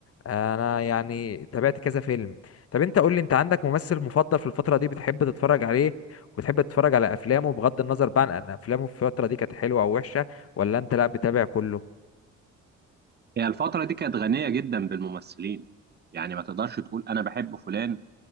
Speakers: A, on the left (about 50°); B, on the right (about 35°).
A: انا يعني تابعت كذا فيلم طب انت قول لي انت عندك ممثل مفضل في الفترة دي بتحب تتفرج عليه وبتحب تتفرج على افلامه بغض النظر بقى عن ان افلامه في الفترة دي كانت حلوة او وحشة ولا انت لا بتابع كله
B: هي الفترة دي كانت غنية جدا بالممثلين يعني ما تقدرش تقول أنا بحب فلان